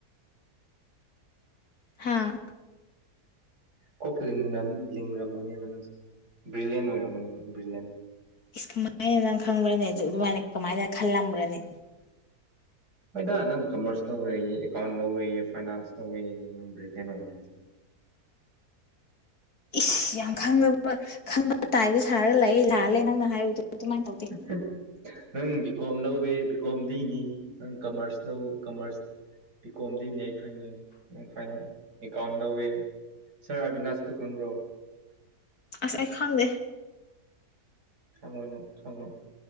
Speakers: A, on the left; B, on the right.
A: ꯍꯥꯥ
B: ꯀꯣꯛ ꯂꯤꯡꯂꯝ ꯂꯤꯡꯔꯝꯒꯅꯦꯕ ꯅꯪꯁꯦ ꯕ꯭ꯔꯤꯂꯤꯌꯦꯟ ꯑꯣꯏꯔꯝꯒꯅꯦꯕ ꯕ꯭ꯔꯤꯂꯦꯟ
A: ꯏꯁ ꯀꯃꯥꯏꯅ ꯅꯪ ꯈꯪꯕ꯭ꯔꯅꯦ ꯑꯗꯨ ꯑꯗꯨꯃꯥꯏꯅ ꯀꯃꯥꯏꯅ ꯈꯜꯂꯝꯕ꯭ꯔꯅꯦ꯫
B: ꯍꯣꯏꯗ ꯅꯪ ꯀꯃꯔꯁ ꯂꯧꯔꯦꯌꯦ ꯑꯦꯀꯥꯎꯟ ꯂꯧꯔꯦꯌꯦ ꯐꯥꯏꯅꯥꯟꯁ ꯂꯧꯔꯦꯌꯦ ꯅꯪ ꯕ꯭ꯔꯤꯂꯦꯟꯠ ꯑꯣꯏ
A: ꯏꯁ ꯌꯥꯝ ꯈꯪꯅꯕ ꯈꯪꯕ ꯇꯥꯏꯕꯗ ꯁꯥꯔꯒ ꯂꯥꯜꯂꯦ ꯅꯪꯅ ꯍꯥꯏꯕꯗꯣ ꯑꯗꯨꯃꯥꯏꯅ ꯇꯧꯗꯦ
B: <unintelligible> ꯅꯪ ꯕꯤ ꯀꯣꯝ ꯂꯧꯋꯦ ꯕꯤ ꯀꯣꯝꯗꯤꯅꯤ ꯅꯪ ꯀꯃꯔꯁ ꯂꯧ ꯀꯃꯔꯁ ꯄꯤ ꯀꯣꯝꯗꯤꯅꯦ ꯑꯩꯈꯩꯉꯦ ꯑ ꯀꯩꯅꯣ ꯑꯦꯀꯥꯎꯟ ꯂꯧꯋꯦ꯫ ꯁꯥꯔ ꯑꯕꯤꯅꯥꯁꯇꯨ ꯈꯪꯕ꯭ꯔꯣ꯫
A: ꯑꯁ ꯑꯩ ꯈꯪꯗꯦ
B: ꯈꯪꯉꯣꯢ ꯅꯪ ꯈꯪꯉꯣꯏ꯫